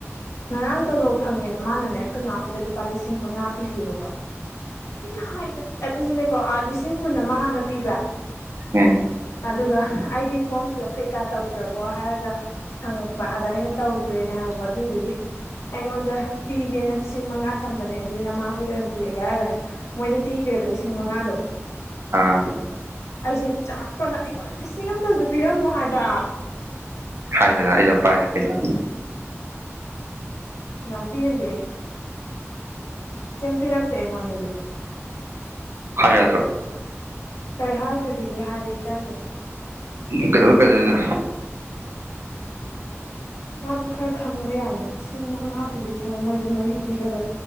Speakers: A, on the left; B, on the right.
A: ꯉꯔꯥꯡ ꯇꯣꯂꯣ ꯐꯪꯉꯦꯅ ꯃꯥꯅꯅꯦ ꯑꯩꯈꯣꯏ ꯃꯥ ꯍꯣꯏꯗ ꯂꯨꯄꯥ ꯂꯤꯁꯤꯡ ꯃꯉꯥ ꯄꯤꯒꯦꯕꯀꯣ ꯑꯩꯅ ꯍꯥꯏꯕ ꯑꯗꯨ ꯑꯣꯣ ꯑꯥ ꯂꯤꯁꯤꯡ ꯀꯨꯟ ꯑꯃ ꯍꯥꯟꯅ ꯄꯤꯕ꯭ꯔ
B: ꯎꯝ
A: ꯑꯗꯨꯒ ꯑꯩꯒꯤ ꯐꯣꯔꯝ ꯐꯤꯜꯞ ꯀꯩꯀꯥ ꯇꯧꯈ꯭ꯔꯕꯣ ꯍꯥꯏꯔꯒ ꯍꯪꯉꯛꯄ ꯑꯗ ꯑꯩꯅ ꯇꯧꯈ꯭ꯔꯦꯅꯦ ꯍꯥꯏꯕ ꯄ ꯑꯗꯨꯗꯨꯒꯤ ꯑꯩꯉꯣꯟꯗ ꯄꯤꯒꯦꯅ ꯂꯤꯁꯤꯡ ꯃꯉꯥ ꯊꯝꯕꯅꯦ ꯑꯗꯨꯗꯤ ꯅꯃꯥ ꯍꯣꯏꯗ ꯑꯣꯏꯅ ꯄꯤꯔꯒꯦ ꯍꯥꯏꯔꯒꯅꯦ ꯃꯣꯏꯗ ꯄꯤꯈ꯭ꯔꯦꯕ ꯂꯤꯁꯤꯡ ꯃꯉꯥꯗꯣ
B: ꯑꯥ
A: ꯑꯩꯁꯦ ꯆꯥꯛꯄꯅ ꯑꯩꯉꯣꯟꯗ ꯂꯤꯁꯤꯡ ꯑꯃꯇꯁꯨ ꯄꯤꯔꯝꯃꯣ ꯍꯥꯏꯕ
B: ꯍꯥꯏꯗꯅ ꯑꯩꯗꯝ ꯄꯥꯏ ꯀꯩꯅ
A: ꯌꯥꯝ ꯄꯤꯟꯗꯤꯏ ꯀꯦꯝ ꯄꯔꯛꯇꯦ ꯑꯩꯉꯣꯟꯗꯗꯤ
B: ꯍꯥꯏ ꯌꯥꯗ꯭ꯔꯣ
A: ꯀꯔꯤ ꯍꯥꯏꯗꯣꯔꯤꯒꯦ ꯍꯥꯏꯕ ꯏꯀꯥꯏꯖꯩ
B: ꯀꯗꯧ ꯏꯀꯥꯏꯗ‌ꯣꯅꯦ
A: ꯑꯖ ꯈꯔ ꯈꯪꯕ ꯌꯥꯏꯅꯤ ꯂꯤꯁꯤꯡ ꯃꯉꯥ ꯄꯤꯗꯣꯏꯁꯔꯨꯛ ꯃꯣꯏꯗ ꯃꯔꯤ ꯄꯤꯔꯒ